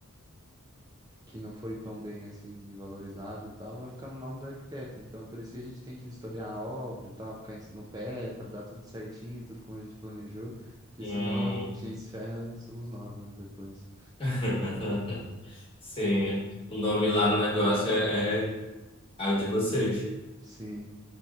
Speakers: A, on the right; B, on the left.
A: que não foi tão bem assim valorizada e tal, vai ficar no nome do arquiteto. Então, por isso que a gente tem que vistoriar a obra e tal, ficar em- no pé para dar tudo certinho, tudo como a gente planejou. Que
B: Hum.
A: senão quem se ferra somos nós, né? Depois.
B: <laughs> Sim, o nome lá no negócio é, é, é o de vocês.
A: Sim.